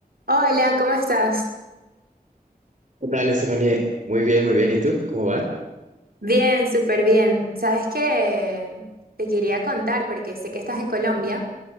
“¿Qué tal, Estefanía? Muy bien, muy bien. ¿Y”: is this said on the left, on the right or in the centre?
Right